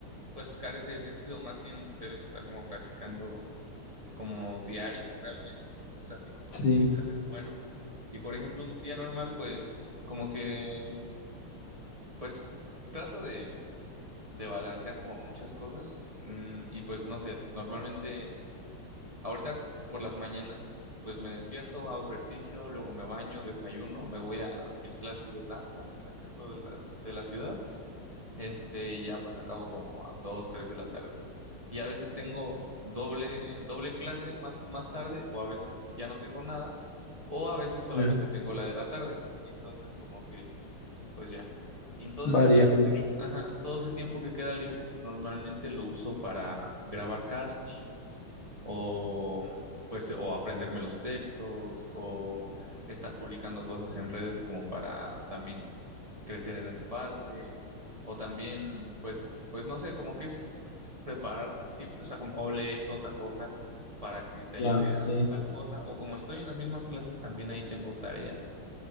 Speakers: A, on the right; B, on the left.
A: pues carece de sentido, más bien debes estar como practicando como diario realmente, es así como
B: sí,
A: si te haces bueno. Y por ejemplo, un día normal, pues como que, pues trato de de balancear como muchas cosas. Mm, y pues no sé, normalmente ahorita por las mañanas pues me despierto, hago ejercicio, luego me baño, desayuno, me voy a mis clases de danza al centro de la, de la ciudad. Este, y ya pues acabo como a 2 3 de la tarde. Y a veces tengo doble, doble clase más, más tarde o a veces ya no tengo nada o a veces solamente
B: ya,
A: tengo la de la tarde. Entonces como que pues ya. Y en todo
B: varía
A: ese tiempo
B: mucho,
A: que, ajá, todo ese tiempo que queda libre, normalmente lo uso para grabar castings o pues o aprenderme los textos o estar publicando cosas en redes como para también crecer en esa parte o también pues pues no sé, como que es prepararte siempre, o sea, como o lees otra cosa para que te
B: ya,
A: ayude
B: sí,
A: a hacer tal cosa o como estoy en las mismas clases también ahí tengo tareas.